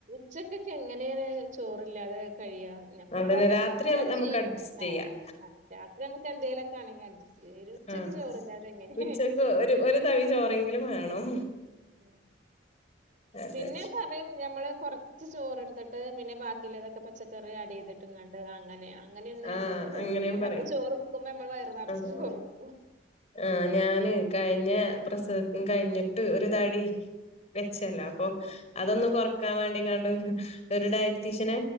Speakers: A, on the right; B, on the left.
A: ഉച്ചക്കൊക്കെ എങ്ങനെണ് ചോറില്ലാതെ കഴിയാ ഞമ്മള്പ്പോ
B: അതന്നെ
A: ഞമ്മക്കതാണ്
B: രാത്രി നമുക്ക്
A: ശീലം
B: അഡ്ജസ്റ്റ്
A: ആ
B: ചെയ്യാം
A: ആ രാത്- നമ്മക്ക് എന്തേലൊക്കാ ണെങ്കി അഡ്ജസ്റ്റ് ഒരു ഉച്ചയ്ക്ക്
B: ആഹ്
A: ചോറ്ല്ലാതെ എങ്ങനെ
B: ഉച്ചക്ക് ഒരു ഒരു തവി ചോറെങ്കിലും വേണം.
A: ആഹ്
B: അതെ
A: പിന്നെ പറയും ഞമ്മള് കൊറച്ച് ചോറെടുത്തിട്ട് പിന്നെ ബാക്കിള്ള തൊക്കെ പച്ചക്കറി ആഡ്യ്തിട്ടുങ്ങാണ്ട് അഹ് അങ്ങനെ ആഹ്. അങ്ങനെയൊന്നു ഞമ്മക്ക്
B: ആഹ്
A: കഴിയില്ല
B: അങ്ങനെയും പറയും
A: നമ്മള് ചോറെടുക്കുമ്പോ നമ്മള് വയറ് നർച്ചു
B: ആഹ്
A: ചോറ്ട്ക്കും.
B: ആഹ് ഞാന് കഴിഞ്ഞ പ്രസവം കഴിഞ്ഞിട്ട് ഒരു തടി വെച്ചല്ലോ അപ്പൊ അതൊന്നു കൊറക്കാൻ വേണ്ടിങ്ങാണ്ട് ഒരു ഡയ് റ്റീഷനെ